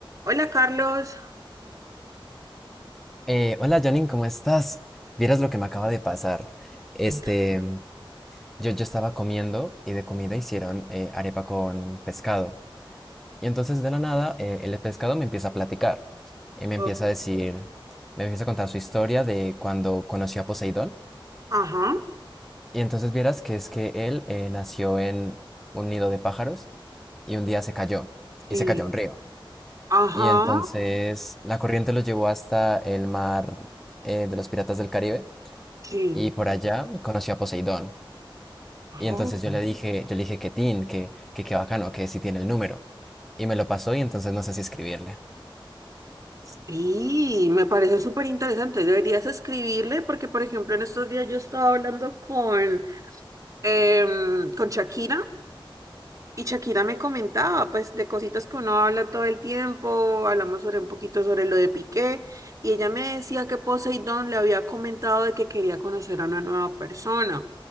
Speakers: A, on the right (about 35°); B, in the centre.
A: Hola Carlos.
B: Eh, hola Janine, ¿cómo estás? Vieras lo que me acaba de pasar. Este,
A: Entra.
B: mm, yo, yo estaba comiendo y de comida hicieron eh, arepa con pescado. Y entonces de la nada eh, el pescado me empieza a platicar y me empieza
A: Oh,
B: a decir, me empieza a contar su historia de cuando conoció a Poseidón.
A: Ajá,
B: Y entonces vieras que es que él eh, nació en un nido de pájaros y un día se cayó y
A: sí,
B: se cayó a un río.
A: ajá,
B: Y entonces la corriente lo llevó hasta el mar eh, de los piratas del Caribe.
A: sí.
B: Y por allá conoció a Poseidón. Y entonces
A: Oh,
B: yo le dije, yo le dije que Tin, que, que qué bacano, que si tiene el número. Y me lo pasó y entonces no sé si escribirle.
A: sí, me parece súper interesante. Deberías escribirle porque, por ejemplo, en estos días yo estaba hablando con, em, con Shakira Y Shakira me comentaba, pues, de cositas que uno habla todo el tiempo, hablamos sobre un poquito sobre lo de Piqué, y ella me decía que Poseidón le había comentado de que quería conocer a una nueva persona,